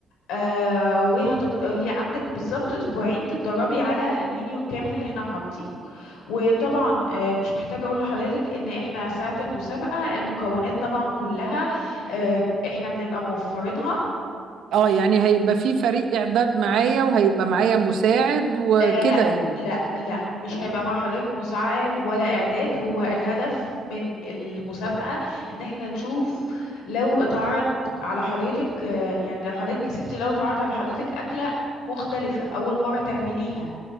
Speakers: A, on the left (about 90°); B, on the right (about 75°).
A: آه وهتد... اللي عندك بالظبط اسبوعين تتدربي على المنيو الكامل اللي احنا حاطينه وطبعا آه مش محتاجة اقول لحضرتك ان احنا ساعة المسابقة المكونات طبعا كلها آه احنا بنبقى موفرينها
B: اه يعني هيبقى في فريق إعداد معايا وهيبقى معايا مساعد وكده
A: آه لا
B: يعني
A: لا لا مش هيبقى مع حضرتك مساعد ولا إعداد هو الهدف من المسابقة إن احنا نشوف لو اتعرض على حضرتك آه يعني لو حضرتك كسبتي لو اتعرض على حضرتك أكلة مختلفة أول مرة تعمليها